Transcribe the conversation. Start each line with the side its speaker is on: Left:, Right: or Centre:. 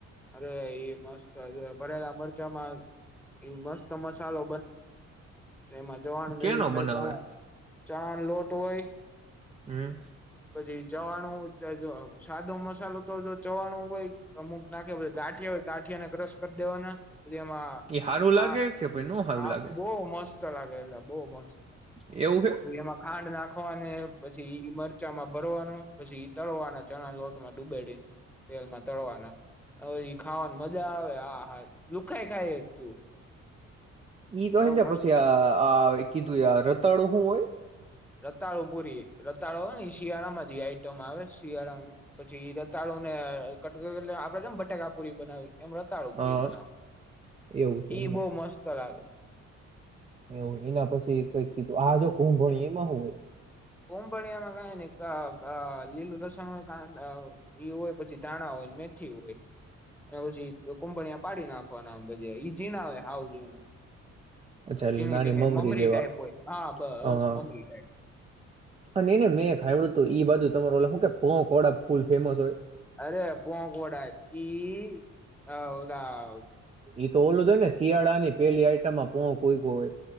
Centre: અરે એ મસ્ત ભરેલા મરચામાં એ મસ્ત મસાલો. એમાં જવાનું ને
Right: કેનો બનાવે
Centre: <inaudible> ચાર લોટ હોય.
Right: હમ.
Centre: પછી ચવાણું જો સાદો મસાલો તો જો ચવાણું હોય અમુક નાખે ગાંઠિયા હોય ગાંઠિયાને ક્રશ કરી દેવાનાં તેમાં
Right: એ હારું
Centre: ખા
Right: લાગે કે પછ ન હારું
Centre: હા
Right: લાગે
Centre: બો મસ લાગે એટલે બો મસ્ત.
Right: એવું હે?
Centre: એમાં ખાંડ નાખ. વાને પછી <inaudible> માં ભરવાનું પછી તળવાનાં ચણા લોટમાં ડૂબેડી તેલમાં તળવાના. હવેઈ ખાવાનું મજા આવે આ. હા, દુઃખાય કાય તું.
Right: <unintelligible>
Centre: એવો મસ્ત
Right: પછી આ કીધું યાર રતાડું હું હોય.
Centre: રતાળુ પૂરી રતાળો અવે ને શિયાળામાં જે આઈટમ આવેચ. શિયાળાનું પછી રતાળુને કટટક આપડે કેમ બટાકાપુરી બનાવી. એમ રતાળુ
Right: હા
Centre: પુરી બનાવ
Right: એવું છે
Centre: ઈ
Right: એમને
Centre: બહ મસ્ત લાગે.
Right: એવું એના પછી કઈક કીધું આ જો કું ભણી એમાં હું ઑય.
Centre: કોભણિયામાં કય ની અ લીલું લસણ હોય ક ઈ હોય પછી ધાણા હોય મેથી હોય અને પછી કોભણિયા પાડી નાખવાના ભજીયા ઝીણા હોય હાવ જીણા.
Right: અચ્છા એટલે
Centre: ઝીણી
Right: નાની
Centre: ઝીણી મમરી
Right: જેવા
Centre: ટાઈપ હોય, હા બસ
Right: હા
Centre: મમરી ટાઈપ.
Right: અને નઈ મેં ખાઈડ્યું તું ઈ બાજુ તમારો લું કે પળ ફૂલ ફેમસ હોય.
Centre: અરે પોવા કોડા ઈ આ ઓ <unintelligible>
Right: ઈ તો ઓલું થ હોય ને શિયાળા ની પેલી આઈટમમાં પો કોય કો હોઈ